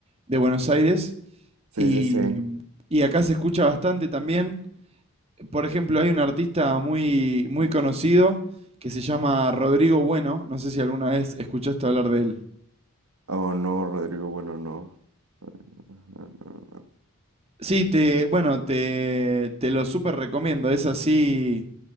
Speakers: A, on the right; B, on the right.
A: de Buenos Aires
B: Sí,
A: y,
B: sí, sí.
A: y acá se escucha bastante también. Por ejemplo, hay un artista muy, muy
B: Mm.
A: conocido que se llama Rodrigo Bueno. No sé si alguna vez escuchaste hablar de él.
B: Oh, no, Rodrigo, bueno, no. Ajá, no, no,
A: Sí, te,
B: ok,
A: bueno, te, te lo súper recomiendo. Es así,